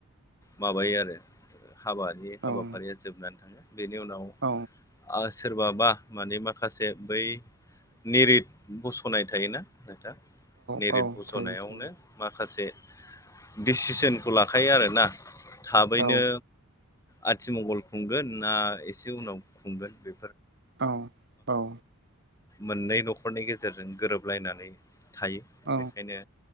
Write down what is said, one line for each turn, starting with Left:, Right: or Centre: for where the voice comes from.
Left: माबायो आरो हाबानि हाबाफारिया
Right: औ
Left: जोबनानै थाङो बेनि उनाव
Right: औ
Left: आ सोरबाबा मानि माखासे बै निरिट बसनाय थायोना नोंथां नेरिट
Right: औ
Left: बसनायावनो
Right: थायो थायो
Left: माखासे दिसिसनखौ लाखायो आरोना थाबैनो
Right: औ
Left: आथिमंगल खुंगोन ना एसे उनाव खुंगोन बे
Right: औ- औ!
Left: मोननै नखरनि गेजेरजों गोरोबलायनानै थायो
Right: औ
Left: बेखायनो